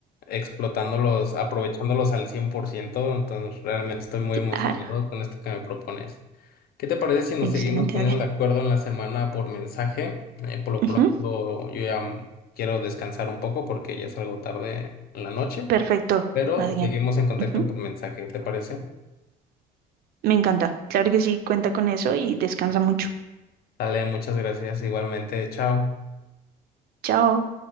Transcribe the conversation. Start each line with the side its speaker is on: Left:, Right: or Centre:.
Left: explotándolos, aprovechándolos al 100%. Entonces, realmente estoy muy emocionado
Right: Claro,
Left: con esto que me propones. ¿Qué te parece si
Right: excelente,
Left: nos seguimos poniendo
Right: Adrián.
Left: de acuerdo en la semana por mensaje? Eh, por lo
Right: Ujú,
Left: pronto, yo ya mm, quiero descansar un poco porque ya es algo tarde en la noche,
Right: Perfecto,
Left: pero
Right: Adrián.
Left: seguimos en contacto
Right: Ujú,
Left: por mensaje. ¿Te parece?
Right: Me encanta. Claro que sí, cuenta con eso y descansa mucho.
Left: Dale, muchas gracias. Igualmente, chao.
Right: Chao.